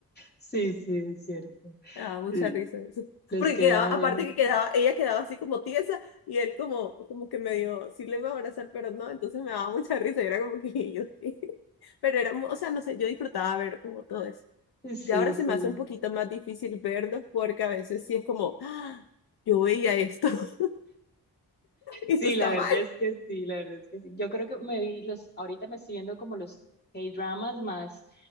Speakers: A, on the left (about 25°); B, on the left (about 70°).
A: Sí, sí, es cierto.
B: Ah, mucha
A: L-
B: risa eso.
A: Los
B: Porque
A: que
B: quedaba,
A: dramas
B: aparte
A: eran muy...
B: que quedaba, ella quedaba así como tiesa y él como, como que medio, sí le iba a abrazar, pero no, entonces me daba mucha risa y era como que <laughs> yo sí. Pero era, mu- o sea, no sé, yo disfrutaba ver como todo eso.
A: Sí,
B: Y ahora se
A: sí.
B: me hace un poquito más difícil verlos porque a veces sí es como, "Ah, yo veía esto, <laughs> esto
A: Sí,
B: está
A: la verdad
B: mal.
A: es que sí, la verdad es que sí. Yo creo que me vi los, ahorita me estoy viendo como los K-dramas más